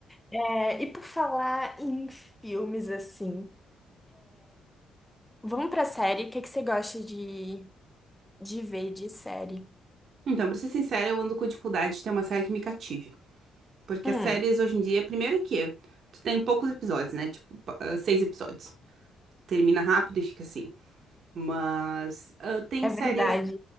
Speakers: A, in the centre; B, on the right.
A: É, e por falar em filmes assim, vamos pra série. O que que você gosta de, de ver de série?
B: então, pra ser sincera, eu ando com dificuldade de ter uma série que me cative. Porque
A: Hum,
B: as séries hoje em dia, primeiro é que tu tem poucos episódios, né? Tipo, pa- ah, seis episódios. Termina rápido e fica assim. Mas ah, tem
A: é
B: séries
A: verdade.